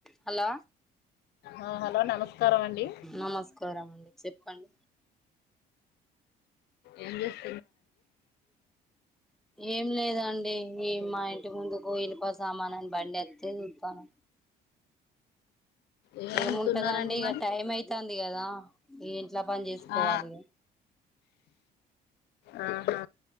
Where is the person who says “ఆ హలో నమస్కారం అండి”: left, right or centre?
Left